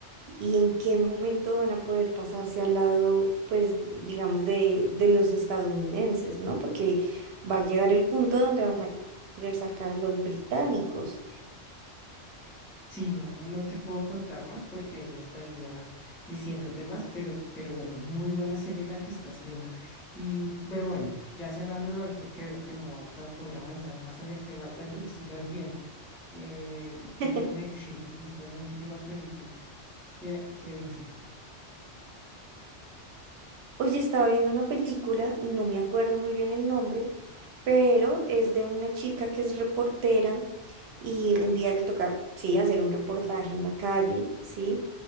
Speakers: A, on the right (about 65°); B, in the centre.
A: y en qué momento van a poder pasarse al lado, pues, digamos, de, de los estadounidenses, ¿no? Porque va a llegar el punto donde van a querer sacar los británicos.
B: Sí, no, no, no te puedo contar más porque ella estaría diciéndote más, pero, pero bueno, muy buena serie la que estás viendo. Y, pero bueno, ya cerrándolo ahí porque veo que no vamos a poder avanzar más en el tema hasta que sigas viendo. Eh,
A: <laughs>
B: cuéntame, <laughs> fue la última película que, que viste?
A: Oye, estaba viendo una película, no me acuerdo muy bien el nombre, pero es de una chica que es reportera y un día le toca, sí, hacer un reportaje en la calle, ¿sí?